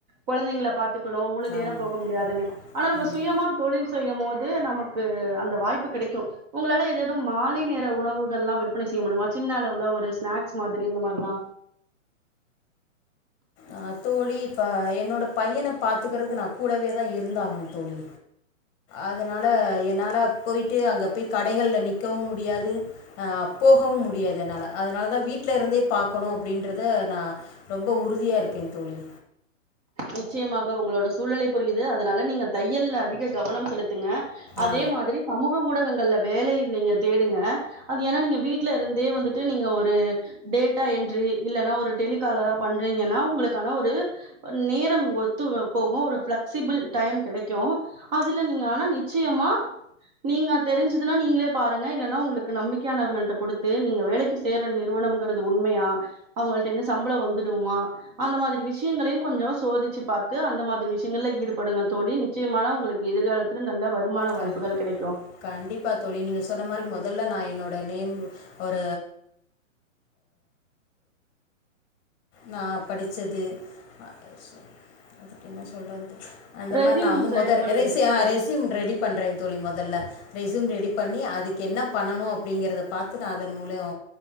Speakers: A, on the right; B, on the left.
A: கொழந்தைங்ள பாத்து குனு முழு நேர
B: ஆமாம்
A: போக முடியாதுனு அனா நம்ப
B: ம்
A: சுயமா தொழில் செய்யமோது நமக்கு அந்த வாய்ப்பு கிடைக்கு ஒங்ளால எதேதும் மாலை நேர உணவுகள்லா விற்பனை செய்ய முடியுமா சின்ன அளவுல ஒரு ஸ்நேக்ஸ் மாதுரி இந்த மாரிலா
B: அ தோழி இப்ப என்னோட பையன பாத்துக்கறத்க்கு நா கூடவே தா இருந்தாகணு தோழி அதனால என்னால போய்ட்டு அங்க பேய் கடைகள்ல நிக்கவு முடியாது அ அப்போ போகவு முடியாது என்னால அதனால தா வீட்ல இருந்தே பாக்கணு அப்படின்றத நா ரொம்ப உறுதியா இருக்கே தோழி
A: நிச்சயமாக உங்ளோட சூழ்நலை புரியுது அதனால நீங்க தையல்ல அதிக கவனம் செலுத்துங்க அதே
B: ஆ
A: மாதுரி சமூக ஊடகங்கள்ல வேலை நீங்க தேடுங்க அது ஏனா நீங்க வீட்ல இருந்தே வந்துட் நீங்க ஒரு டேட்டா என்ரி இல்லனா ஒரு டெலிகாலரா பண்றீங்கனா உங்களுக்கான ஒரு நேரம் ஒத்து வ போகு ஒரு ஃபிளக்சிபுள் டைம் கெடக்கு அதுல நீங்க ஆனா நிச்சியமா நீங்க தெரிஞ்சிதுனா நீங்ளே பாருங்க இல்லனா உங்ளுக்கு நம்பிக்யானவர்கள்ட்ட குடுத்து நீங்க வேலக்கி சேற நிறுவனம் ங்கறது உண்மயா அவுங்கள்ட்டேந்து சம்பளம் வந்துடுமா அந்த மாதுரி விஷ்யங்களையு கொஞ்சொ சோதிச்சு பாத்து அந்த மாதிரி விஷியங்கள்ல ஈடுபடுங்க தோழி நிச்சியமான உங்களுக்கு எதிர்காலத்துல நல்ல வருமான
B: க
A: வாய்ப்புகள் கிடைக்கு
B: கண்டிப்பா தோழி நீங்க சொன்ன மாரி மொதல்ல நா என்னோட நேம் ஒர நா படிச்சது அ சொல் அதுக் என்ன சொல்றது அந்த
A: ரெஸ்யூம்
B: மார் நா வந்து மொத
A: ரெடி பண்ணுங்க
B: ரெசி
A: தோழி
B: அ
A: ஆ
B: ரெஸ்யூம் ரெடி பண்ணுறேன் தோழி மொதல்ல ரெஸ்யூம் ரெடி பண்ணி அதுக்கு என்ன பண்ணனு அப்டிங்கெற்த பாத்து நா அதன் மூலயொ